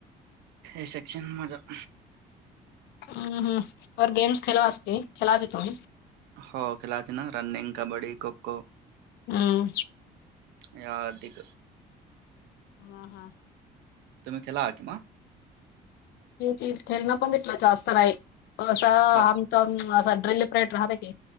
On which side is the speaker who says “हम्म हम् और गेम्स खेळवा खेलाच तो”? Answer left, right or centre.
Left